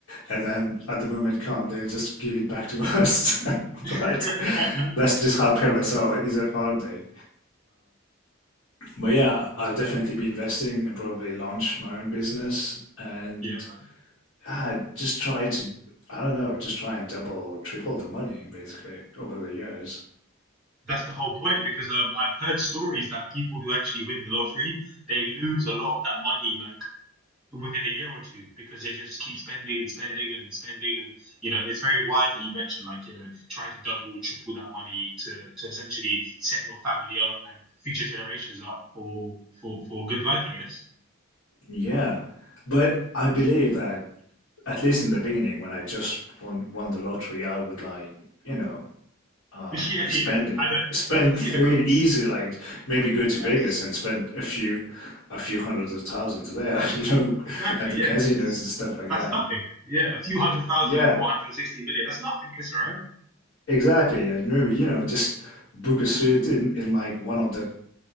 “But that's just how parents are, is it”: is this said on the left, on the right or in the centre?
Left